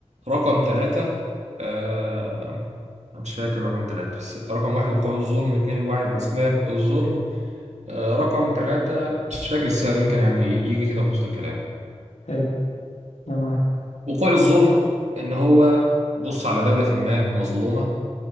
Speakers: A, on the right; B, on the left.
A: رقم تلاتة آه مش فاكر رقم تلاتة بس رقم واحد وقوع الظلم اتنين الوعي بأسباب الظلم آه رقم تلاتة مش فاكر السبب يمكن يعني يجي كده في وسط الكلام
B: حلو انا معاك
A: وقوع الظلم إن هو بص على دولة ما مظلومة